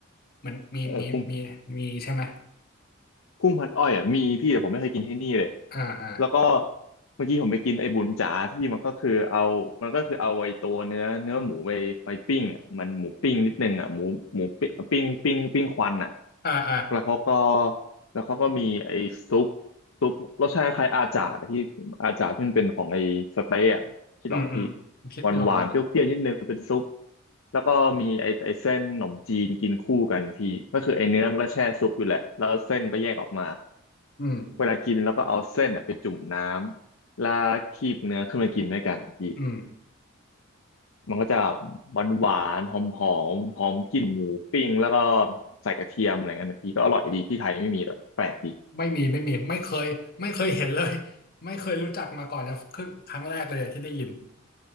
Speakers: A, on the left (about 45°); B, on the left (about 70°).
A: มันมีมีมีมีใช่ไหม
B: เออคุณ กุ้งพันอ้อยอ่ะมีพี่แต่ผมไม่เคยกินที่นี่เลย
A: อ่าอ่า
B: แล้วก็เมื่อกี้ผมไปกินไอ้บุญจ๋าที่มันก็คือเอามันก็คือเอาไอ้ตัวเนื้อเนื้อหมูไปไปปิ้งอ่ะมันหมูปิ้งนิดนึงอ่ะหมูหมูปิ้งปิ้งปิ้งปิ้งควันอ่ะ
A: อ่าอ่า
B: แล้วเขาก็แล้วเขาก็มีไอ้ซุป ซุปรสชาติคล้ายอาจาร์นะพี่อาจาร์ที่มันเป็นของไอ้สเต๊ะอะที่ดออกปะพี่
A: อืมอืมคิดไม่ออกแล้วอะ
B: หวานหวานเปรี้ยวๆนิดนึงเป็นซุปแล้วก็มีไอ้ไอ้เส้นขนมจีนกินคู่กันพี่ก็คือไอ้เนื้อมันก็แช่ซุปอยู่แหละแล้วเส้นก็แยกออกมา
A: อืม
B: เวลากินแล้วก็เอาเส้นอะไปจุ่มน้ำแล้วคีบเนื้อขึ้นมากินด้วยกันพี่
A: อืม
B: มันก็จะหวานหวานหอมหอมหอมกลิ่นหมูปิ้งแล้วก็ใส่กระเทียมอะไรเงี้ยนะพี่ก็อร่อยดีที่ไทยไม่มีเลยแปลกดี
A: ไม่มีไม่มีไม่เคยไม่เคยเห็นเลย ไม่เคยรู้จักมาก่อนจะครึ่งครั้งแรกเลยอะที่ได้ยิน